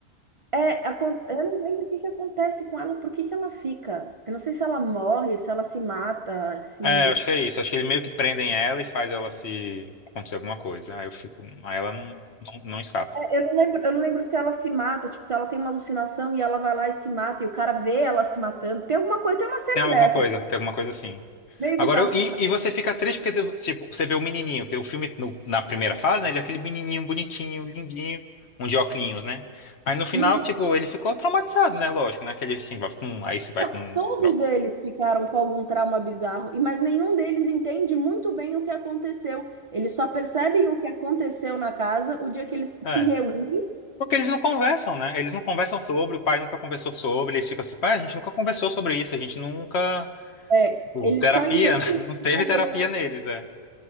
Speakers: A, on the right; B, on the left.
A: é, acon- eu não lembro o que que acontece com ela, por que que ela fica? Eu não sei se ela morre, se ela se mata, se.
B: É, eu acho que é isso. Acho que eles meio que prendem ela e faz ela se acontecer alguma coisa. Aí eu fico. Aí ela não, não, não escapa.
A: É, eu não lembro, eu não lembro se ela se mata, tipo, se ela tem uma alucinação e ela vai lá e se mata, e o cara vê ela se matando. Tem alguma coisa, tem uma cena
B: Tem alguma
A: dessa,
B: coisa, tem alguma coisa assim.
A: meio
B: Agora,
A: bizarro.
B: eu- e, e você fica triste porque, tipo, você vê o menininho, que o filme, no- na primeira fase, né, ele é aquele menininho bonitinho, lindinho, um de óculos, né? Aí no final,
A: Uhum.
B: tipo, ele ficou traumatizado, né? Lógico, né? Que ele, assim, vai com, aí você vai
A: Não,
B: com
A: todos
B: droga.
A: eles ficaram com algum trauma bizarro, e mas nenhum deles entende muito bem o que aconteceu. Eles só percebem o que aconteceu na casa o dia que eles se
B: É.
A: reúnem.
B: Porque eles não conversam, né? Eles não conversam sobre, o pai nunca conversou sobre, eles ficam assim, pai, a gente nunca conversou sobre isso, a gente nunca.
A: É,
B: O
A: eles
B: Terapia?
A: só entendem
B: <laughs> Não teve
A: o que aconteceu,
B: terapia neles, é.